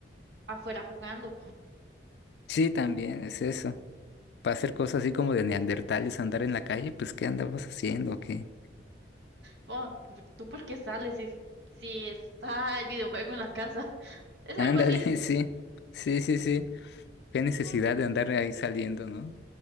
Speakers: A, on the right (about 70°); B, on the left (about 65°).
A: afuera jugando.
B: Sí, también es eso. Para hacer cosas así como de neandertales, andar en la calle, pues ¿qué andamos haciendo? ¿Qué?
A: Po, ¿tú tú por qué sales si, si está el videojuego en la casa? <laughs> Es
B: Ándale,
A: algo así.
B: <laughs> sí. Sí, sí, sí. Qué necesidad
A: Ah,
B: de andar ahí saliendo, ¿no?